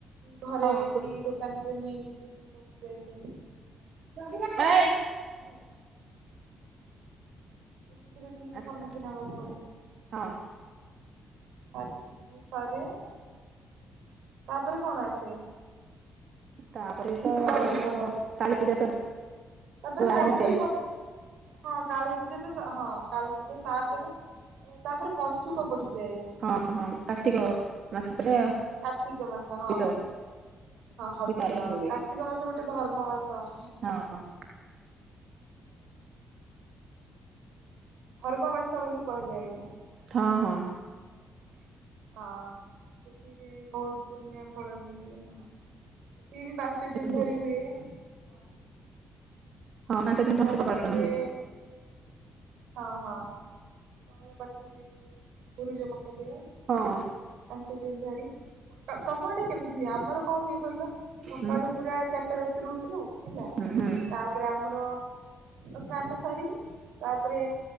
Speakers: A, on the right; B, on the right.
A: ଘରେ
B: ହଁ
A: କି ଦୋକାନ ରେ ନିଆଁ <unintelligible>
B: ଜଗିବେନି ଏଇ
A: ହଁ। ସେଇଥିରେ ବି କିଛି
B: ଆଚ୍ଛା
A: ସମ୍ମୁଖୀନ ହବାକୁ ପଡେ।
B: ହଁ
A: ହଁ <unintelligible> ଘରେ। ତାପରେ କଣ ଆସେ?
B: ତାପରେ ତ
A: ଦୀପାବଳି
B: ଆମର
A: ପରେ
B: କାଳୀ ପୂଜା ସବୁ
A: ତାପରେ ପଞ୍ଚୁକ
B: ଆରମ୍ଭ ହେଇଯାଏ
A: ହଁ କାଳୀ ପୂଜା ଇଏ ସେ ହଁ କାଳୀପୂଜା ତାପରେ ତାପରେ ପଞ୍ଚୁକ ପଡିଯାଏ।
B: ହଁ କାର୍ତ୍ତିକ ମାସରେ
A: କାର୍ତ୍ତିକ ମାସ
B: ହବିଷ
A: ହଁ ସେ <unintelligible> ହଁ ହବିଷ
B: ଆରମ୍ଭ ହୁଏ।
A: କାର୍ତ୍ତିକ ମାସ ଗୋଟେ ଧର୍ମ ମାସ।
B: ହଁ।
A: ଧର୍ମ ମାସ ବୋଲି କୁହାଯାଏ।
B: ହଁ ହଁ।
A: ହଁ ସେଠିରେ ବହୁତ ପୁଣ୍ୟ ଫଳ ବି ମିଳେ। ହଁ ସିଏ ବି ପାଞ୍ଚ ଦିନ
B: ସବୁ
A: ଧରି ହୁଏ। ହଁ
B: ହଁ ପାଞ୍ଚ
A: ମଉରା
B: ଦିନ ପଞ୍ଚୁକ
A: ପାଖରେ
B: ପାଳନ ହୁଏ।
A: ହଁ ହଁ <unintelligible> ପାଖରେ ମୁରୁଜ ପକେଇଦିଏ
B: ହଁ।
A: ପାଞ୍ଚ ଦିନ ଧରି ତମ ତମ ଆଡେ କେମିତି ହୁଏ ଆମର କଣ ହୁଏ କହିଲ ସକାଳୁ
B: ହୁଁ
A: ପୁରା ଚାରିଟା ରାତିରୁ ଉଠୁ ହେଲା
B: ହୁଁ ହୁଁ।
A: ଗ୍ରାମର ସ୍ନାନ ସାରି ତାପରେ